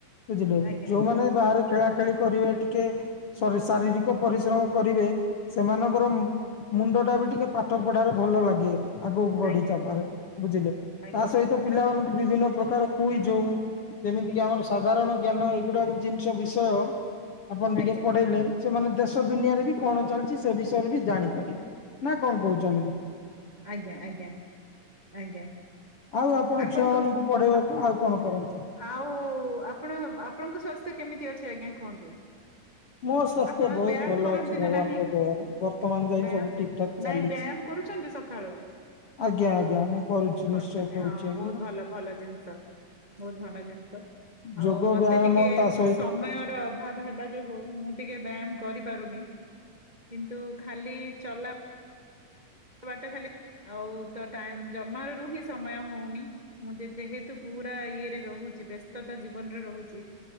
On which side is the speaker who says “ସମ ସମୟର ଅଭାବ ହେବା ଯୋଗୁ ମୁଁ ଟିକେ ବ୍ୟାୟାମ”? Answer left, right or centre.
Right